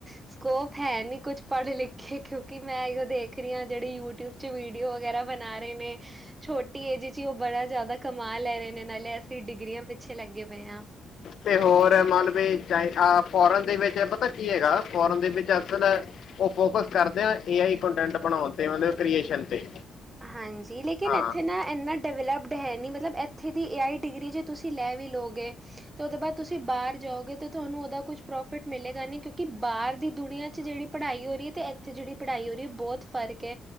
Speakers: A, on the right; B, on the left.
A: ਸਕੋਪ ਹੈ ਨੀ ਕੁਛ ਪੜ੍ਹੇ ਲਿਖੇ ਕਿਉਂਕਿ ਮੈਂ ਇਹ ਦੇਖ ਰਈ ਹਾਂ ਜਿਹੜੀ ਯੂਟਿਊਬ ਚ ਵੀਡੀਓ ਵਗੈਰਾ ਬਣਾ ਰਏ ਨੇਂ। ਛੋਟੀ ਏਜ 'ਚ ਹੀ ਓ ਬੜਾ ਜਾਦਾ ਕਮਾ ਲੈ ਰਏ ਨੇਂ ਨਾਲੇ ਅਸੀ ਡਿਗਰੀਆਂ ਪਿੱਛੇ ਲੱਗੇ ਪਏ ਹਾਂ।
B: ਤੇ ਹੋਰ ਮਤਲਬ ਇਹ 'ਚ ਐਂ ਆਹ ਫੋਰਨ ਦੇ ਵਿੱਚ ਪਤਾ ਕੀ ਹੈਗਾ ਫੋਰਨ ਦੇ ਵਿੱਚ ਅਸਲ ਓ ਫੋਕਸ ਕਰਦੇ ਆਂ ਏ ਆਈ ਕੋਂਟੈਂਟ ਬਣਾਉਣ ਤੇ ਮਤਲਬ ਕ੍ਰੀਏਸ਼ਨ ਤੇ।
A: ਹਾਂਜੀ, ਲੇਕਿਨ
B: ਹਾਂ
A: ਏਥੇ ਨਾ ਏਨਾਂ ਡੇਵਲਪਡ ਹੈ ਨੀ ਮਤਲਬ ਏਥੇ ਦੀ ਏ ਆਈ ਡਿਗਰੀ ਜੇ ਤੁਸੀ ਲੈ ਵੀ ਲੋਗੇ ਤੇ ਓਦੇ ਬਾਦ ਤੁਸੀ ਬਾਰ ਜਾਓਗੇ ਤੇ ਤੁਹਾਨੂੰ ਓਦਾ ਕੁਛ ਪ੍ਰੋਫਿਟ ਮਿਲੇਗਾ ਨੀ ਕਿਉਂਕਿ ਬਾਰ ਦੀ ਦੁਨੀਆਂ ਚ ਜੇੜੀ ਪੜ੍ਹਾਈ ਹੋ ਏ ਰੀ ਤੇ ਏਥੇ ਜੇੜੀ ਪੜ੍ਹਾਈ ਹੋ ਰੀ, ਬੋਤ ਫਰਕ ਐ